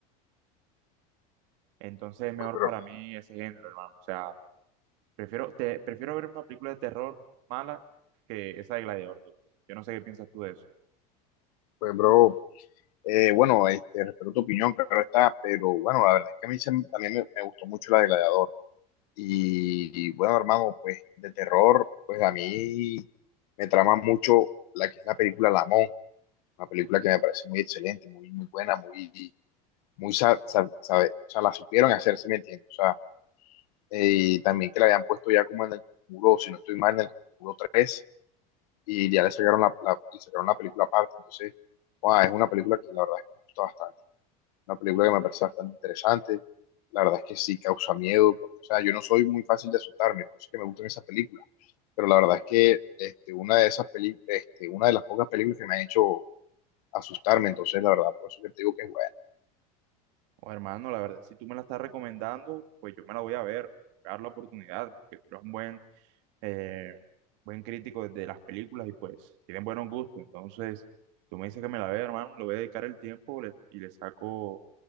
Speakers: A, on the right; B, on the left.
A: Entonces es mejor
B: Pues, pero,
A: para mí ese género, hermano. O sea. Prefiero, te, prefiero ver una película de terror mala que esa de Gladiador, tú. Yo no sé qué piensas tú de eso.
B: pues, bro, eh, bueno, este, respeto tu opinión, claro está, pero bueno, la verdad es que a mí se- también me, me gustó mucho la de Gladiador. Y, y, bueno, hermano, pues de terror, pues a mí me trama mucho la que es la película La Monja, una película que me parece muy excelente, muy, muy buena, muy, muy, sa- sa- sabe- o sea, la supieron hacer, si me entiendes. O sea, eh, y también que la habían puesto ya como en el muro, si no estoy mal, en el muro tres y ya le sacaron la, la- le sacaron la película aparte. Entonces, guau, es una película que la verdad es que me gusta bastante. Una película que me parece bastante interesante. La verdad es que sí causa miedo, porque, o sea, yo no soy muy fácil de asustarme, por eso es que me gustan esas películas. Pero la verdad es que este, una de esas peli este, una de las pocas películas que me han hecho asustarme, entonces la verdad, por eso que te digo que es buena.
A: O hermano, la verdad, si tú me la estás recomendando, pues yo me la voy a ver, dar la oportunidad, porque tú eres un buen eh, buen crítico de las películas y pues tienen buenos gustos. Entonces, tú me dices que me la vea, hermano, le voy a dedicar el tiempo le- y le saco